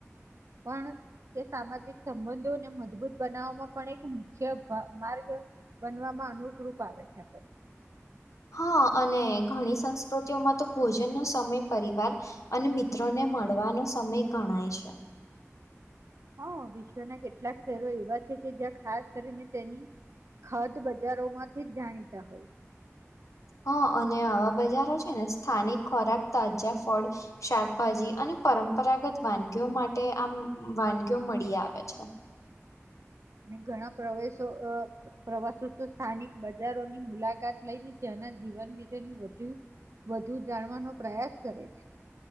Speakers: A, on the right (about 70°); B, on the left (about 80°).
A: પણ તે સામાજિક સંબંધોને મજબૂત બનાવવામાં પણ એક મુખ્ય માર્ગ બનવામાં અનુકૂપ આવે છે આપ
B: હા અને ઘણી સંસ્કૃતિઓમાં તો ભોજનનો સમય પરિવાર અને મિત્રોને મળવાનો સમય ગણાય છે.
A: હા વિશ્વના કેટલાક શહેરો એવા છે કે જ્યાં ખાસ કરીને તેની ખદ બજારોમાંથી જ જાણીતા હોય છે.
B: હા અને આવા બજારો છે ને સ્થાનિક ખોરાક તાજા ફળ શાકભાજી અને પરંપરાગત વાનગીઓ માટે આમ વાનગીઓ મળી આવે છે.
A: અને ઘણા પ્રવેશો પ્રવાસો તો સ્થાનિક બજારોની મુલાકાત લઈને ત્યાંના જીવન વિશેની વધુ વધુ જાણવાનો પ્રયાસ કરે છે.